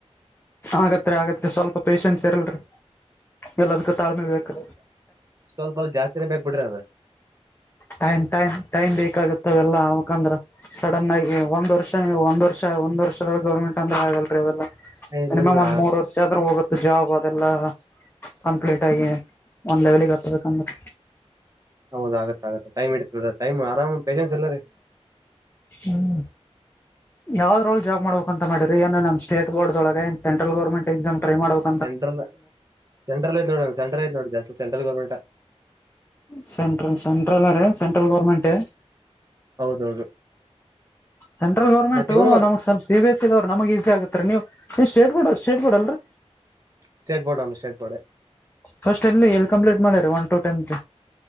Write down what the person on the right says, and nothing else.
ಸ್ವಲ್ಪಲ್ ಜಾಸ್ತಿೇ ಬೇಕ್ ಬಿ್ರಿ ಅದ
ಇಲ್ಲ
ಹೌದ ಆಗತ್ತ ಆಗುತ್ತ ಟೈಮ್ ಇತಡ್ರ ಟಮ್ ಆರಾಮ ಪೇಶನ್ಸ್ಲ್ಲರಿ
ಸೆಂ್ರಲ್ ಸೆಂ್ರಲ್ ಐ್ ನೋಡೋ ಸೆಟ್ರಲ್ ಐ ನೋಡಿ ಜಾಸ್ ಸೆಂಟ್ರಲ್ ಗೋರ್ಮೆಂಟ್
ಹೌದೌದು
ಮತ್ ಇವನು
ಸ್ಟೇಟ್ ಬರ್ಡ್ ನಮ್ಮ ಸ್ಟೇ ಬೋರ್ಡ್